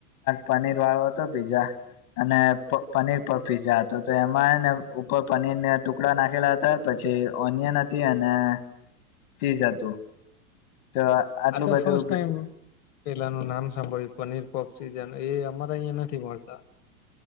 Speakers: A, on the left; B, on the left.
A: પનીર વાળો હતો, પીઝા. અને પનીર પર પીઝા હતો તો, એમાં ને ઉપર પનીર ને ટ ટુકડા નાખેલા હતા, પછી ઓનિયન હતી, અને તીઝ હતું. તો આટલું
B: આ તો
A: બધું.
B: ફર્સ્ટ ટાઈમ પેલાનું નામ સાંભળ્યું, પનીર પોપ સીજ એ અમારા અહિયાં નથી મળતા.